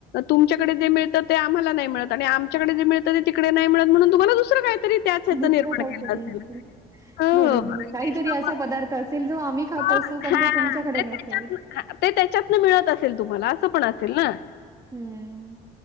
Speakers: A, on the left; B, on the right.
A: तुमच्याकडे जे मिळतं ते आ आमला नाही मिळत आणि आमच्याकडे जे मिळत ते तिकडे नाही मिळत म्हणून तुम्हाला दुसरं काय त तरी त्याच हेच
B: दुसरं
A: निर्माण
B: काहीतरी
A: केल असेल. <unintelligible>
B: बरोबर आहे. काहीतरी असा पदार्थ असेल जो आम्ही खात असू, पण तो तुमच्याकडे नसेल.
A: ते त्याच्यातन मिळत असेल तुम्हाला अस पण असेल ना.
B: हं,